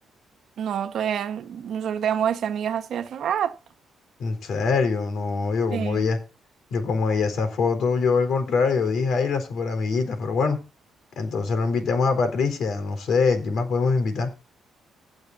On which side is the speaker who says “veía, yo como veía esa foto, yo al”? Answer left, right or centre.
Left